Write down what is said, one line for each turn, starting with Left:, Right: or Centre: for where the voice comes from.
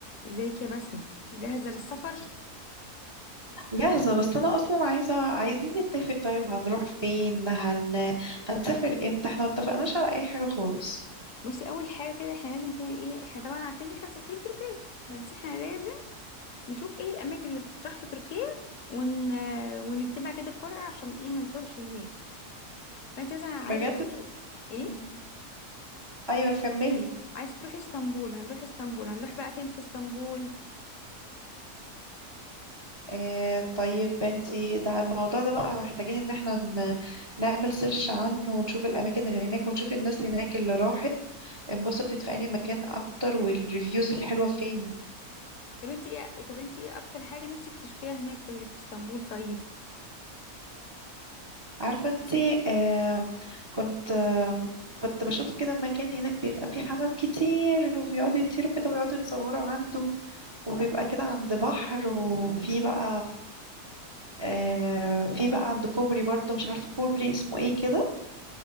Left: ازيك يا بسمة جاهزة للسفر
Right: جاهزة بس أنا أصلا عايزة عايزين نتفق طيب هنروح فين هن... هنسافر امتى احنا متفقناش على أي حاجة خالص
Left: بصي أول حاجة كده احنا لازم كده ايه احنا طبعا عارفين ان احنا مسافرين تركيا بس احنا لازم نشوف ايه الأماكن اللي بتطرح في تركيا ون... ونكتبها كده في ورقة عشان ايه ما نتوهش هناك فانت مثلا عايزة
Right: بجد
Left: تروحي ايه
Right: مم. أيوة كملي
Left: عايزة تروحي اسطنبول هنروح اسطنبول هنروح بقى فين في اسطنبول
Right: آه طيب انتي ده الموضوع ده بقى محتاجين ان احنا ن... نعمل سيرش عنه ونشوف الأماكن اللي هناك ونشوف الناس هناك اللي راحت انبسطت في أي مكان أكتر والريفيوز الحلوة فين
Left: طب انت ايه طب انت ايه أكتر حاجة نفسك تشوفيها هناك في, في اسطنبول طيب
Right: عارفة انتي آه كنت آه كنت بشوف كده مكان هناك بيبقى فيه حمام كتير وبيقعدوا يطيروا كده ويقعدوا يتصوروا عنده وبيبقى كده عند بحر وفي بقى آه في بقى عند كوبري برضه مش عارفة كوبري اسمه ايه كده